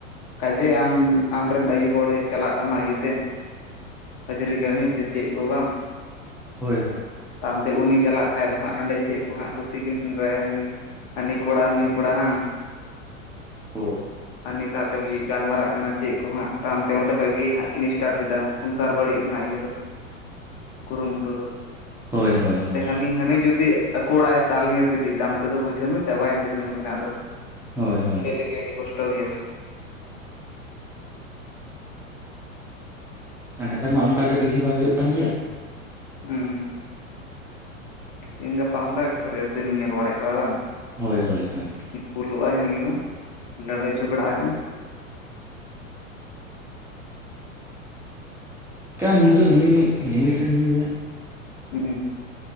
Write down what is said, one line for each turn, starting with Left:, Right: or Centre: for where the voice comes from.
Left: ᱠᱟᱡᱮ ᱟᱢ ᱟᱢᱨᱮᱱ ᱟᱭᱩ ᱦᱚᱲᱮ ᱪᱟᱞᱟᱜ ᱛᱟᱢᱟ ᱤᱭᱟᱹᱛᱮ ᱦᱟᱹᱡᱨᱤ ᱠᱟᱹᱢᱤ ᱥᱮ ᱪᱮᱫ ᱠᱚ ᱵᱟᱝ᱾
Centre: ᱦᱳᱭ ᱦᱳᱭ᱾
Left: ᱛᱟᱭᱚᱢ ᱛᱮ ᱩᱱᱤ ᱪᱟᱞᱟᱜ ᱠᱷᱟᱡ ᱫᱚ ᱦᱟᱸᱜ ᱦᱟᱸᱰᱮ ᱪᱮᱜ ᱠᱚ ᱦᱟᱸᱜ ᱥᱩᱥᱤ ᱠᱤᱱ ᱜᱟᱭᱟᱱᱤ, ᱦᱟᱹᱱᱤ ᱠᱚᱲᱟ ᱱᱩᱭ ᱠᱚᱲᱟ ᱦᱟᱝ᱾
Centre: <unintelligible>
Left: ᱟᱨ ᱱᱩᱭ ᱥᱟᱶᱛᱮᱢ ᱤᱭᱟᱹᱜ ᱜᱟᱞᱢᱟᱨᱟᱜ ᱠᱟᱱᱟ ᱪᱮᱫ ᱠᱚ ᱦᱟᱸᱜ, ᱛᱟᱭᱚᱢ ᱛᱮ ᱚᱸᱰᱮ ᱠᱷᱚᱡ ᱜᱮ ᱦᱟᱸᱜ ᱠᱤᱱ ᱥᱴᱟᱴ ᱠᱮᱫᱟ᱾ ᱥᱚᱝᱥᱟᱨ ᱵᱟᱲᱤᱡ ᱨᱮᱱᱟᱜ ᱤᱭᱟᱹ ᱫᱚ, ᱠᱩᱨᱩᱢᱩᱴᱩ ᱫᱚ,
Centre: ᱦᱳᱭ ᱦᱳᱭ ᱦᱳᱭ
Left: ᱮ ᱦᱟᱹᱱᱤ ᱦᱟᱹᱱᱤ ᱡᱩᱫᱤ ᱟᱠᱚ ᱚᱲᱟᱜ ᱮ ᱫᱟᱞ ᱧᱤᱨ ᱤᱫᱤ ᱫᱟᱢ ᱛᱮᱫᱚ ᱵᱩᱡᱷᱟᱹᱣ ᱢᱮ ᱪᱟᱵᱟᱭᱮᱱ ᱛᱟᱹᱠᱤᱱᱟ ᱱᱩᱠᱤᱱᱟᱜ ᱫᱚ,
Centre: ᱦᱳᱭ ᱦᱳᱭ
Left: ᱢᱤᱞᱟᱹᱜ ᱞᱟᱹᱜᱤᱫ ᱟᱹᱰᱤ ᱠᱚᱥᱴᱚ ᱜᱮᱭᱟ᱾
Centre: ᱟᱨ ᱱᱮᱛᱟᱨ ᱢᱟ ᱚᱝᱠᱟ ᱜᱮ ᱵᱮᱥᱤᱨ ᱵᱷᱟᱜᱽ ᱦᱳᱭᱳᱜ ᱠᱟᱱ ᱜᱮᱭᱟ᱾
Left: ᱦᱩᱸ᱾ ᱛᱮᱦᱮᱸᱱ ᱜᱟᱯᱟ ᱚᱝᱠᱟ ᱜᱮ ᱛᱷᱚᱨ ᱡᱟᱹᱥᱛᱤ ᱞᱤᱧ ᱧᱮᱞ ᱵᱟᱲᱟᱭᱮᱫ ᱠᱚᱣᱟ ᱵᱟᱝ᱾
Centre: ᱦᱳᱭ ᱦᱳᱭ ᱦᱳᱭᱺ
Left: ᱧᱩ ᱵᱩᱞᱩᱜᱟᱭ ᱦᱟᱹᱱᱤ ᱦᱚᱸ, ᱞᱟᱹᱲᱦᱟᱹᱭ ᱡᱷᱚᱜᱚᱲᱟᱜ ᱟᱠᱤᱱ᱾
Centre: ᱠᱟᱱ ᱧᱩᱫᱚ ᱧᱩᱭ ᱢᱮ ᱞᱤᱢᱤᱴ ᱨᱮ ᱧᱩᱭ ᱢᱮ᱾
Left: ᱦᱩᱸ᱾